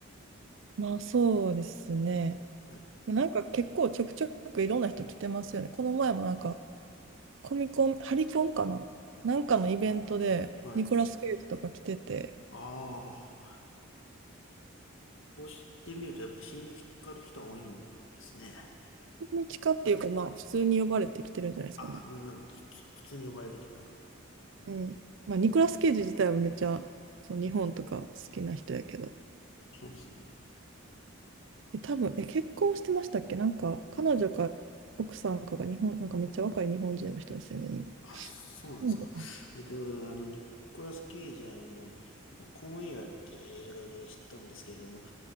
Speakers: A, on the right; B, on the left.
A: まあそうですね。
B: はい。
A: なんか結構ちょくちょくいろんな人来てますよね。この前もなんかコミコン、ハリコンかななんかのイベントでニコラス・
B: はい。
A: ケイジとか来てて、
B: ああ、こうしてみると、やっぱ親日家の人は多いんですね。
A: 何日かっていうかまあ普通に呼ばれてきてるんじゃないですかね。
B: ああ、な、なん、そそ普通に呼ばれてきた。
A: うん。まあニコラス・ケイジ自体はめっちゃその日本とか好きな人やけど、
B: そうですね。
A: え、多分、え、結婚してましたっけなんか彼女か奥さんかが日本、なんかめっちゃ若い日本人の人ですよね、今。
B: あ、そうなんですか。
A: 彼女かな
B: 僕、あの、ニコラス・ケイジ、あの、まあ、コンエアって映画で知ったんですけれども、